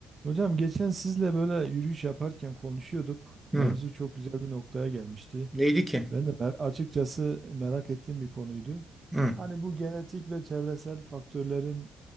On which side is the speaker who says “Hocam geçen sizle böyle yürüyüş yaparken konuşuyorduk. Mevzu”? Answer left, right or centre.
Right